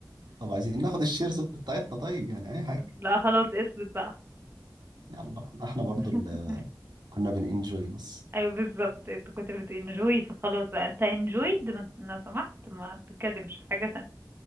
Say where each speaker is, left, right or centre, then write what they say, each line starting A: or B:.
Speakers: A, on the right (about 85°); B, on the right (about 35°).
A: طب عايزين ناخد الشيرز بتاعتنا طيب يعني اي حاجة
B: لا خلاص اثبت بقى
A: يلا احنا برضو
B: <laughs>
A: اللي كنا بننجوي بس
B: ايوه بالظبط انت كنت بتنجوي فخلاص بقى انت انجويد لو سمحت ما تتكلمش في حاجة تانية